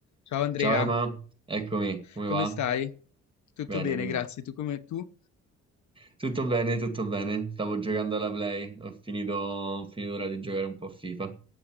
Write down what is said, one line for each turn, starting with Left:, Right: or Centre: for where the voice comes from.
Left: Ciao Andrea,
Right: Ciao Emma, eccomi, come
Left: come
Right: va?
Left: stai? Tutto
Right: Bene,
Left: bene,
Right: bene.
Left: grazie. Tu come tu?
Right: Tutto bene, tutto bene. Stavo giocando alla Play, ho finito, ho finito ora di giocare un po' a FIFA.